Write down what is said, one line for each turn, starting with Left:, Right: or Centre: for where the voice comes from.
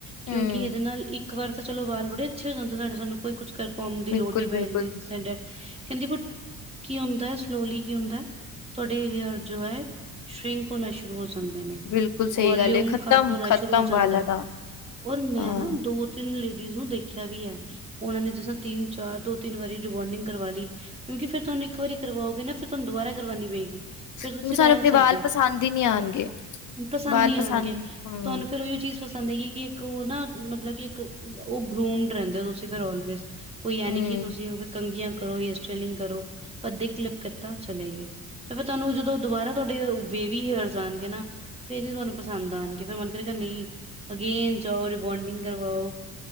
Right: ਕਿਉਂਕਿ
Left: ਹੂੰ,
Right: ਇਹਦੇ ਨਾਲ ਇੱਕ ਇੱਕ ਵਾਰ ਤਾਂ ਚਲੋ ਵਾਲ ਬੜੇ ਅੱਛੇ ਹੋ ਜਾਂਦੇ ਸਾਡੇ ਸਾਨੂੰ ਕੋਈ ਕੁਛ ਕੰਮ ਦੀ
Left: ਬਿਲਕੁਲ-ਬਿਲਕੁਲ।
Right: ਲੋੜ ਨਹੀਂ ਪੈ ਜਾਂਦੀ ਸ ਕਹਿੰਦੀ ਕੀ ਹੁੰਦਾ ਸਲੋਲੀ ਕੀ ਹੁੰਦਾ ਤੁਹਾਡੇ <unintelligible> ਜੋ ਹੈ ਸ਼ਿਰਕ ਹੋਣਾ ਸ਼ੁਰੂ ਸ਼ੁਰੂ ਹੋ ਜਾਂਦੇ ਨੇ
Left: ਬਿਲਕੁਲ ਸਹੀ
Right: ਵੋਲਿਮਅ
Left: ਗੱਲ ਏ, ਖ਼ਤਮ-ਖ਼ਤਮ
Right: ਘੱਟ ਹੋਣਾ ਸ਼ੁਰੂ ਹੋ ਜਾਂਦਾ
Left: ਵਾਲਾਂ ਦਾ,
Right: ਹੈ ਔਰ ਮੈਂ
Left: ਹਾਂ।
Right: ਨਾ ਦੋ ਤਿੰਨ ਲੀ ਨੂੰ ਦੇਖਿਆ ਵੀ ਹੈ ਉਹਨਾ ਨੇ ਜਿਸ ਤਿੰਨ ਚਾਰ ਦੋ ਤਿੰਨ ਵਾਰੀ ਰਿਵਾਰਡਿੰਗ ਕਰਵਾ ਲਈ ਕਿਉਂਕ ਫ਼ਿਰ ਤੁਹਾਨੂੰ ਇੱਕ ਵਾਰੀ ਕਰਵਾਓਗੇ ਨਾ ਫੇਰ ਤੁਹਾਨੂੰ ਦੁਬਾਰਾ ਕਰਵਾਉਣੀ ਪਏਗੀ ਫਿਰ
Left: ਕਿਉਂਕਿ
Right: ਤੁਸੀਂ
Left: ਸਾਨੂੰ
Right: ਰਹਿ
Left: ਆਪਣੇ
Right: ਨੀ ਸਕਦੇ
Left: ਵਾਲ ਪਸੰਦ ਹੀ ਨਹੀਂ ਆਣਗੇ,
Right: ਪਸੰਦ
Left: ਵਾਲ
Right: ਨੀ ਆਣਗੇ
Left: ਹੀ ਹੂੰ,
Right: ਤੁਹਾਨੂੰ ਫੇਰ ਉਹੀ ਉਹ ਚੀਜ਼ ਪਸੰਦ ਆਏਗੀ ਕਿ ਇੱਕ ਉਹ ਨਾ ਮਤਲਬ ਕਿ ਇੱਕ ਉਹ ਗਰੂਮਡ ਰਹਿੰਦੇ ਹੋ ਤੁਸੀਂ ਫਿਰ ਉਲਵੇਜ਼ ਕੋਈ ਐ
Left: ਹੂੰ,
Right: ਨੀ ਕਿ ਤੁਸੀਂ ਕੰਘੀਆਂ ਕਰੋ ਹੇਅਰ ਸਟਾਈਲਿੰਗ ਕਰੋ ਅੱਧੇ ਕਲਿਪ ਕੀਤਾ ਚਲੇ ਗਏ ਤੇ ਫੇਰ ਤੁਹਾਨੂੰ ਜਦੋਂ ਦੁਬਾਰਾ ਤੁਹਾਡੇ ਵੇਵੀ ਹੇਅਰਸ ਆਉਣਗੇ ਨਾ ਫੇਰ ਨੀ ਤੁਹਾਨੂੰ ਪਸੰਦ ਆਣਗੇ ਫਿਰ ਮਨ ਕਰੇਗਾ ਨਹੀਂ ਅਗੇਨ ਜਾਓ ਰਿਬੋਂਡਿੰਗ ਕਰਵਾਓ